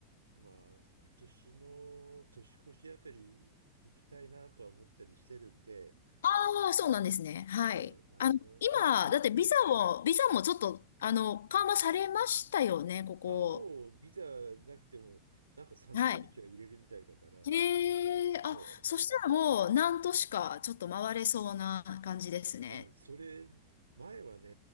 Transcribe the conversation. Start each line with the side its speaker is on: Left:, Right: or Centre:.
Right: まあ、今年の年越しあたり行きたいなとは思ったりしてるんで、
Left: ああ、そうなんですね。はい。
Right: うん、あの、
Left: あの、今、
Right: と、と、
Left: だってビザも、
Right: うん。
Left: ビザもちょっと、あの、緩和されましたよね、ここ。
Right: あ、もうビザなくても、なんか30日は入れるみたいだから、
Left: はい。へえ、
Right: そ
Left: あ、そしたらもう何都市かちょっと回れそうな感じですね。
Right: う。あ、それ、前はね、